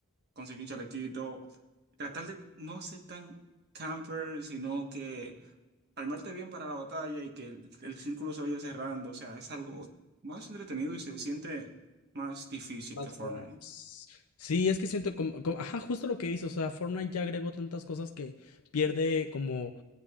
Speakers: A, on the right; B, on the left.
A: conseguir un chalequito, tratar de no ser tan camper, sino que armarte bien para la batalla y que el, el círculo se vaya cerrando. O sea, es algo más entretenido y se siente más difícil
B: Más
A: que Fortnite.
B: reales. Sí, es que siento como, como- ajá, justo lo que dices, o sea, Fortnite ya agregó tantas cosas que pierde como